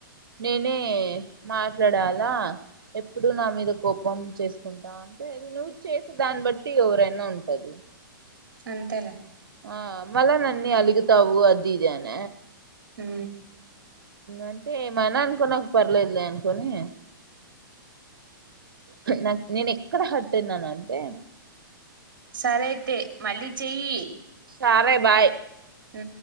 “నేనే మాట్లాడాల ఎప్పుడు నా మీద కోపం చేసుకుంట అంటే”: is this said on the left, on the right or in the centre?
Right